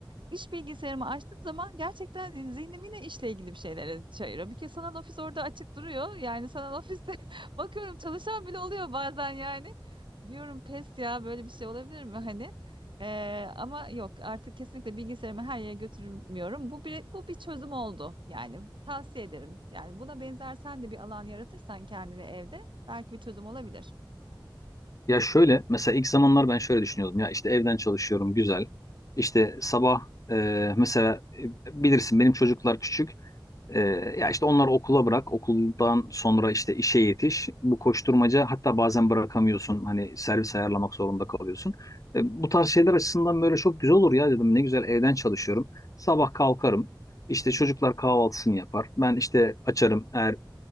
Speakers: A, on the right; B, on the left.
A: İş bilgisayarımı açtığım zaman gerçekten hani, zihnim yine işle ilgili bir şeylere çayırıyor. Bir kez sanal ofis orada açık duruyor. Yani sanal ofiste <laughs> bakıyorum çalışan bile oluyor bazen yani. Diyorum pes ya böyle bir şey olabilir mi hani? Ee, ama yok artık kesinlikle bilgisayarımı her yere götürmüyorum. Bu bir, bu bir çözüm oldu yani tavsiye ederim. Yani buna benzer sen de bir alan yaratırsan kendine evde belki bir çözüm olabilir.
B: Ya şöyle mesela ilk zamanlar ben şöyle düşünüyordum ya işte evden çalışıyorum güzel İşte sabah e, mesela e, bilirsin benim çocuklar küçük ee, ya işte onları okula bırak, okuldan sonra işte işe yetiş. Bu koşturmaca hatta bazen bırakamıyorsun. Hani servis ayarlamak zorunda kalıyorsun. Ee, bu tarz şeyler açısından böyle çok güzel olur ya dedim. Ne güzel evden çalışıyorum. Sabah kalkarım. İşte çocuklar kahvaltısını yapar. Ben işte açarım. Eğer